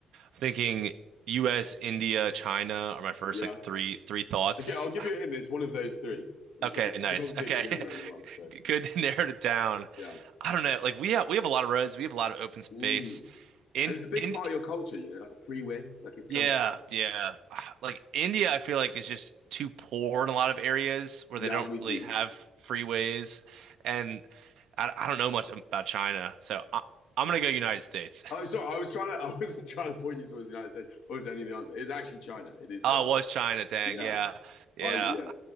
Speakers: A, on the right; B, on the left.
A: thinking US, India, China are my first
B: Yeah.
A: like three three thoughts.
B: Okay, I'll give you a hint. It's one of those three. Okay,
A: Okay,
B: just
A: nice.
B: because obviously
A: Okay.
B: it could be anywhere in the world.
A: <laughs>
B: So
A: Good to narrowed it down.
B: yeah.
A: I don't know. Like we have we have a lot of roads, we have a lot of open space.
B: Mm.
A: In
B: And it's a big
A: in
B: part of your culture, you know, like the freeway. Like it's
A: yeah,
B: kind of,
A: yeah. <sighs> Ah, Like India, I feel like is just too poor in a lot of areas where
B: yeah,
A: they don't
B: I'm with
A: really
B: you.
A: have freeways and I, I don't know much about China. So I, I'm gonna go United States.
B: Oh,
A: <laughs>
B: sorry, I was trying to, <laughs> I wasn't trying to point you towards the United States. Oh, is only the answer. It's actually China. It is
A: Oh,
B: China.
A: it was China, dang.
B: Yeah.
A: Yeah. Yeah.
B: I, yeah,